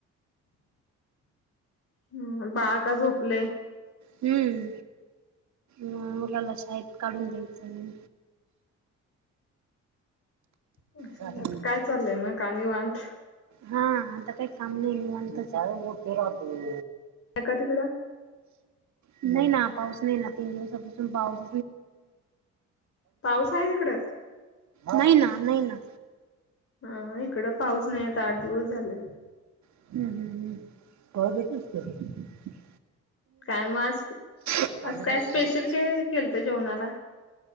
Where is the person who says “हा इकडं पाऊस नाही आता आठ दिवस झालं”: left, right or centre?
Left